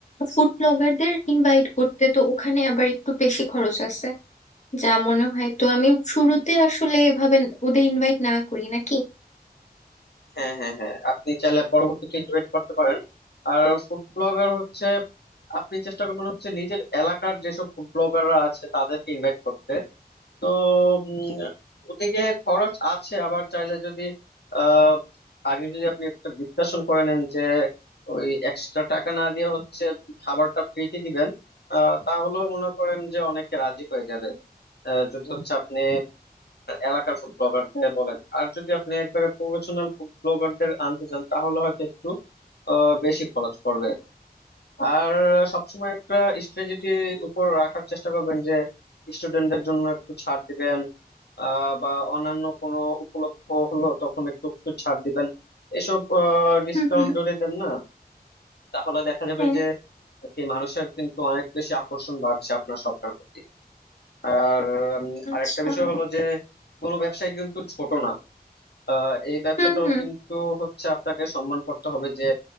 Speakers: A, on the left; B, on the left.
A: ফুড ব্লগারদের ইনভাইট করতে তো ওখানে আবার একটু বেশি খরচ আছে যা মনে হয় তো আমি শুরুতে আসলে এভাবে ওদের ইনভাইট না করি নাকি
B: হ্যাঁ হ্যাঁ হ্যাঁ আপনি চাইলে পরবর্তীতে ইনভাইট করতে পারেন আর ফুড ব্লগার হচ্ছে আপনি চেষ্টা করবেন হচ্ছে নিজের এলাকার যেসব ফুড ব্লগাররা আছে তাদেরকে ইনভাইট করতে তো উম, ওদিকে খরচ আছে আবার চাইলে যদি আহ আগে যদি আপনি একটা ডিসকাশন করে নেন যে ওই এক্সট্রা টাকা না দিয়ে হচ্ছে খাবারটা ফ্রিতে দিবেন আহ তাহলেও মনে করেন যে অনেকে রাজি হয়ে যাবে আহ, যদি হচ্ছে আপনি এলাকার ফুড ব্লগারদের বলেন আর যদি আপনি একবারে প্রফেশনাল ফুড ব্লগারদের আনতে চান তাহলে হয়তো একটু আহ বেশি খরচ পড়বে আর সবসময় একটা স্ট্র্যাটেজি উপর রাখার চেষ্টা করবেন যে স্টুডেন্টদের জন্য একটু ছাড় দিবেন আহ, বা অন্যান্য কোনো উপলক্ষ হলো তখন একটু একটু ছাড় দিবেন এসব ডিসকাউন্ট
A: হুম হুম
B: যদি দেন না তাহলে দেখা যাবে
A: হ্যাঁ
B: যে কি মানুষের কিন্তু অনেক বেশি আকর্ষণ বাড়ছে আপনার সবটার প্রতি আর উম,
A: আচ্ছা
B: আরেকটা বিষয় হলো যে কোনো ব্যবসায় কিন্তু ছোট না আহ এই ব্যবসাটাও
A: হুম হুম
B: কিন্তু হচ্ছে আপনাকে সম্মান করতে হবে যে